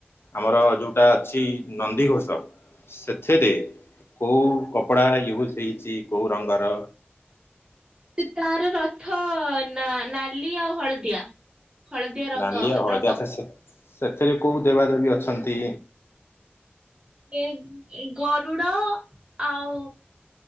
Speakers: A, on the left; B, on the right.
A: ଆମର ଯୋଉଟା ଅଛି ନନ୍ଦିଘୋଷ। ସେଥିରେ କେଉଁ କପଡ଼ା ୟୁଜ୍ ହେଇଛି କୋଉ ରଙ୍ଗର?
B: ତାର ରଥ ନା ନାଲି ଆଉ ହଳଦିଆ। ହଳଦିଆ
A: ନାଲି
B: ରଙ୍ଗ
A: ଆଉ ହଳଦୀ
B: ର କପ୍
A: ଆଚ୍ଛା ସେ ସେଥିରେ କୋଉ ଦେବାଦେବୀ ଅଛନ୍ତି?
B: ଏ ଗରୁଡ଼ ଆଉ